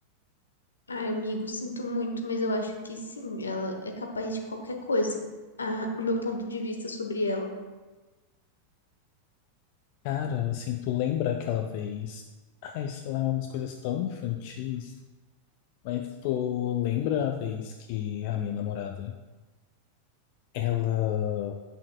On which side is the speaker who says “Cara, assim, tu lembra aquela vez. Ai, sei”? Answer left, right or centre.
Left